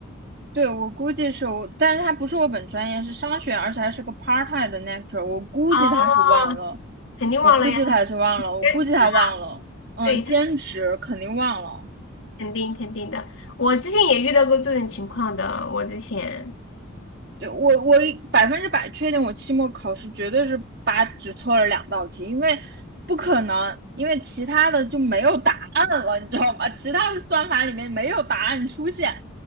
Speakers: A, on the right (about 50°); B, on the left (about 65°).
A: 对，我估计是我，但是他不是我本专业，是商学，而且还是个 part time 的 lecturer，我估计他是忘了，
B: 哦，肯定忘了呀，
A: 我估计他是忘了，
B: 他是
A: 我估计他忘了，
B: 兼职嘛，
A: 嗯，
B: 对，
A: 兼职肯定忘了。
B: 他是肯定肯定的。我之前也遇到过这种情况的，我之前。
A: 对我我百分之百确定，我期末考试绝对是八，只错了两道题，因为不可能，因为其他的就没有答案了，你知道吗？其他的算法里面没有答案出现。